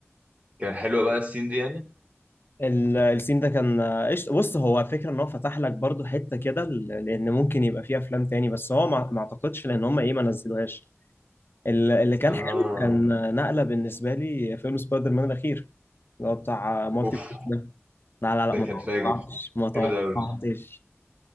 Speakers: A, on the right; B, on the left.
A: كان حلوه بقى السين دي يعني
B: ال- السين ده كان آه، قشط بص هو فكرة ان هو فتح لك برضو حتة كده ل- لان ممكن يبقى فيه افلام تاني بس هو ما ما اعتقدش لان هم ايه ما نزلوهاش ال- اللي كان
A: اه
B: حلو كان آه، نقلة بالنسبة لي فيلم سبايدر مان الاخير اللي هو بتاع آه، مالتي
A: اوف
B: فيرس ده لا لا لا
A: ده
B: ما
A: كان
B: توقعتش
A: فاجر
B: ما توقعتش
A: جامد قوي